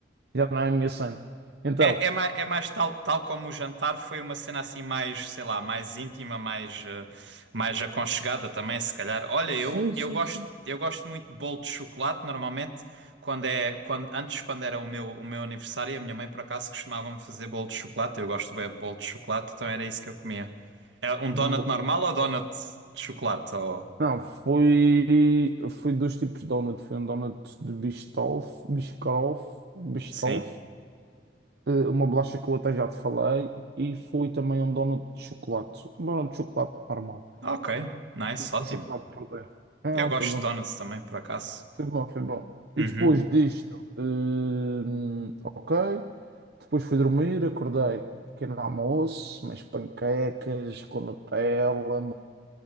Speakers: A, on the right (about 60°); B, on the right (about 80°).
A: já não é a minha cena. Então,
B: É, é mais, é mais tal, tal como o jantar foi uma cena assim mais, sei lá, mais íntima, mais, eh, mais aconchegada também, se calhar. Olha,
A: Sim,
B: eu, eu
A: sim,
B: gosto,
A: sim.
B: eu gosto muito de bolo de chocolate, normalmente, quando é, quando, antes, quando era o meu, o meu aniversário, a minha mãe, por acaso, costumava-me fazer bolo de chocolate. Eu gosto bem de bolo de chocolate, então era isso que eu comia. É um donut
A: bolo.
B: normal ou donut de chocolate? Ou...
A: não, foi, foi dois tipos de donut. Foi um donut de Biscoff, Biscoff, Biscoff,
B: Sim.
A: eh, uma bolacha que eu até já te falei, e foi também um donut de chocolate. Um donut de chocolate normal,
B: Ok, nice,
A: com
B: ótimo.
A: chocolate por dentro. Ah,
B: Eu gosto
A: foi bom.
B: de donuts também, por acaso.
A: Foi bom, foi bom.
B: Uhum.
A: E depois disto, hum, ok. Depois fui dormir, acordei, pequeno almoço, mas panquecas com Nutella,